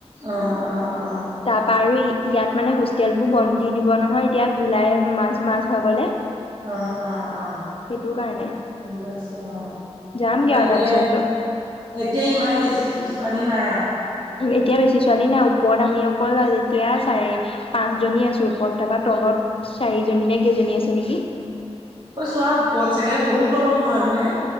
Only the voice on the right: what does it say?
আহ অ আহ
আহ অ আহ
বছ অ
এতিয়া
এতিয়া ইমান বেছি ছোৱালী নাই আৰু
অ চোৱা ওপৰত চাগে বহুত গৰম হয় হয়নে?